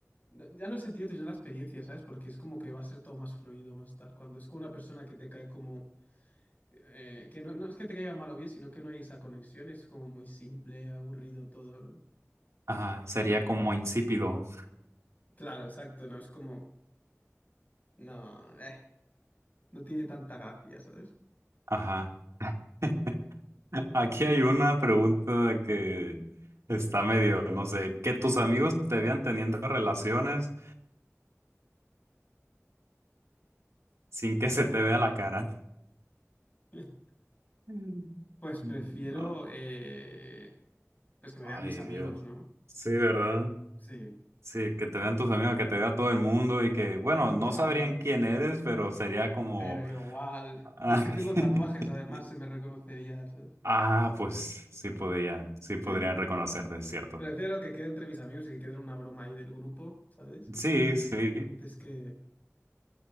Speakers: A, on the left; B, on the right.
A: No- Ya no el sentido, sino la experiencia, ¿sabes? Porque es como que va a ser todo más fluido, más tal. Cuando es con una persona que te cae como... eh, que no, no es que te caiga mal o bien, sino que no hay esa conexión, es como muy simple, aburrido todo. ¿no?
B: Ajá. Sería como insípido.
A: Claro, exacto, no es como No, eh, no tiene tanta gracia, ¿sabes?
B: Ajá. <laughs> Aquí hay una pregunta que está medio, no sé, que tus amigos te vean teniendo relaciones sin que se te vea la cara.
A: <laughs>
B: Mm.
A: Pues prefiero
B: No.
A: eh, pues que me
B: Ay,
A: vean mis amigos,
B: Dios.
A: ¿no?
B: Sí, ¿verdad?
A: Sí,
B: Sí, que te vean tus amigos, que te vea todo el mundo y que, bueno, no
A: claro,
B: sabrían
A: como-
B: quién eres, pero sería como...
A: pero igual.
B: Ah,
A: Yo es que
B: <laughs>
A: tengo tatuajes, además se me reconocería, ¿sabes?
B: ah, pues sí podría, sí
A: <laughs>
B: podrían reconocerte, es cierto.
A: Prefiero que quede entre mis amigos y que quede una broma ahí del grupo, ¿sabes? Y
B: Sí,
A: ya.
B: sí.
A: Antes que.